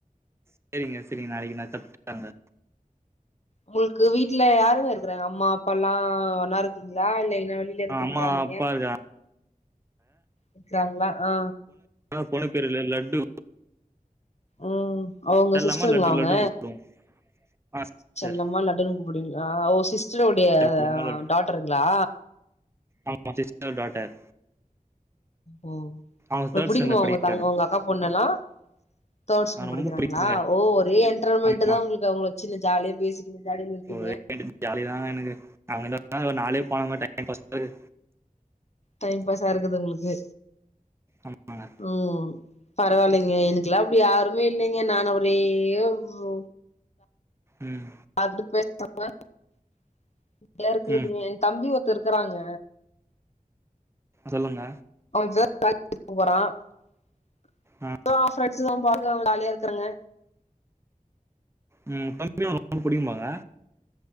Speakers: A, on the right; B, on the left.
A: சேரிங்க சேரிங்க நாளைக்கு நா கத்து தரேங்க
B: ஒங்ளுக்கு வீட்ல யாருங்க இருக்குறாங்க அம்மா அப்பால்லா ஒண்ணாருக்கீங்ளா இல்ல என்ன வழி இங்க இருப்பீங்ளா
A: ஆ, அம்மா
B: நீங்க
A: அப்பா இருக்கா
B: இருக்றாங்ளா ஆ
A: ஆ பொண்ணு பேருல லட்டு
B: ம் அவ ஒங்க
A: செல்லம்மா
B: சிஸ்டருங்ளா
A: லட்டு
B: அவுங்க
A: லட்டுன்னு கூப்பிடுவோம் ஆ சிஸ்டர்
B: செல்லமா லட்டுன் கூப்டுவீங்ளா ஓ சிஸ்டருடைய
A: செல்லம்மா லட்டு
B: டா ட்ர்ங்ளா
A: ஆமா சிஸ்டரோட டாட்டர்
B: ஓ ஹோ
A: அவங்க
B: ப்றோ
A: தேர்ட்
B: புடிக்குமா
A: ஸ்டாண்டர்ட் படிக்கிறாங்க
B: உங்க தங் ஒங்க அக்கா பொண்ணல்லா தேர்ட் ஸ்டாண்டர்ட்
A: நான் ரொம்ப
B: படிக்கிறாங்ளா
A: பிடிக்குங்க
B: ஓ ஒரே என்ட்ரன்மெண்ட்
A: ஆமா
B: தா ஒங்ளுக்கு அவுங்கள வச்சுன்னு ஜாலியா பேசிட்டு ஒரே ஜாலில இருக்கீங்க
A: ஒரு ஜாலி தாங்க எனக்கு அவுங்க <inaudible> அந்த ஒரு நாளே போன <inaudible> டைம் பாஸ்க்கு
B: டைம் பாஸா இருக்குது ஒங்ளுக்கு
A: ஆமாங்க
B: ம் பரவால்லைங்க எனக்குல்லா அப்டி யாருமே இல்லைங்க நான் ஒரேஒரு
A: ம்
B: யார்கிட்டயு பேசாம <inaudible> இருக்றதுங்க
A: ம்
B: எ தம்பி ஒருத்தே இருக்கறாங்க
A: அ சொல்லுங்க
B: அவ <inaudible> போறா <inaudible>
A: ஆ
B: ஃப்ரண்ட்ஸ் அவே பாட்டுக்கு அவே ஜாலியாருக்கறாங்க
A: ம் தம்பி ஒங்ளுக்கு ரொம்ப புடிக்குமாங்க